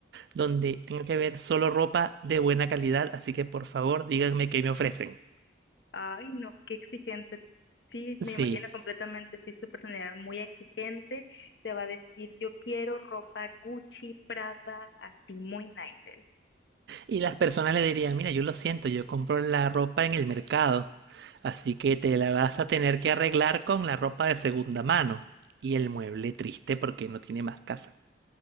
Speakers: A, on the right; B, on the left.
A: donde tenga que ver solo ropa de buena calidad, así que por favor díganme qué me ofrecen.
B: Ay, no, qué exigente. Sí,
A: Sí,
B: me imagino completamente, sí, su personalidad muy exigente. Te va a decir, yo quiero ropa Gucci, Prada, así, muy nice. él.
A: Y las personas le dirían, mira, yo lo siento, yo compro la ropa en el mercado, así que te la vas a tener que arreglar con la ropa de segunda mano y el mueble triste porque no tiene más casa.